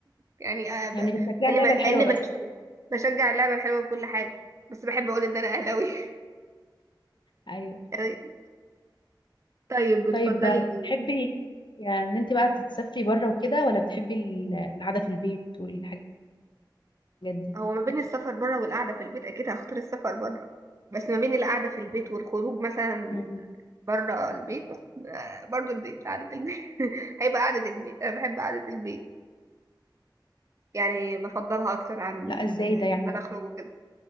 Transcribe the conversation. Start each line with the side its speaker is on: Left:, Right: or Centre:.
Right: يعني آه، ب...
Left: يعني بتشجع
Right: لان
Left: اللعبة
Right: ما...
Left: الحلوة
Right: لان
Left: بس
Right: ماليش في- بشجع اللعبه الحلوه بكل حاجه بس بحب اقول ان انا اهلاويه
Left: ايوه
Right: <laughs> طيب بتفضلي
Left: طيب آه، بتحبي يعني ان انت بقى تتسافري بره وكده ولا بتحبي ال- القعدة في البيت والحاجات دي
Right: هو ما بين السفر بره والقعده في البيت اكيد هختار السفر بره بس ما بين القعده في البيت والخروج مثلا
Left: مم.
Right: بره البيت آه، برضو البيت قعدة البيت <laughs> هيبقى قعدة البيت أنا بحب قعدة البيت يعني بفضلها أكتر عن
Left: لا ازاي
Right: آه،
Left: ده يعني
Right: إن أنا أخرج وكده